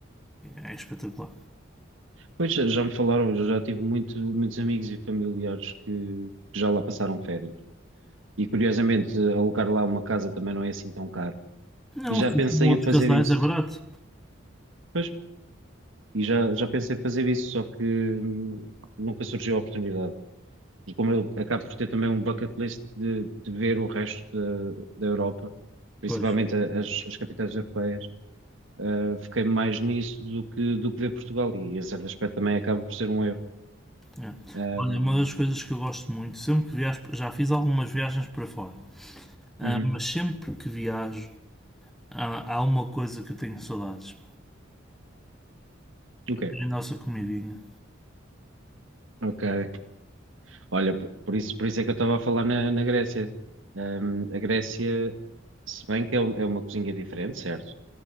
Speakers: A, in the centre; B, on the right.
A: É, é espetacular.
B: Pois já, já me falaram, eu já tive muito, muitos amigos e familiares que, que já lá passaram férias. E curiosamente, alugar lá uma casa também não é assim tão caro.
A: Não,
B: E já
A: se
B: pensei
A: for outros
B: em fazer
A: casais
B: isso.
A: é barato.
B: Pois, e já, já pensei em fazer isso, só que hum, nunca surgiu a oportunidade. E como eu acabo por ter também um bucket list de, de ver o resto da da Europa, principalmente
A: Pois.
B: a- as, as capitais europeias, ah, fiquei mais nisso do que, do que ver Portugal. E esse aspecto também acaba por ser um erro.
A: É.
B: Ah,
A: Olha,
B: hum,
A: uma das coisas que eu gosto muito, sempre que viajo, já fiz algumas viagens para fora, ah,
B: uhum,
A: mas sempre que viajo há, há uma coisa que eu tenho saudades.
B: ok.
A: É a nossa comidinha.
B: Ok. Olha, p- por isso, por isso é que eu estava a falar na, na Grécia. Ahm, a Grécia, se bem que é, um- é uma cozinha diferente, certo?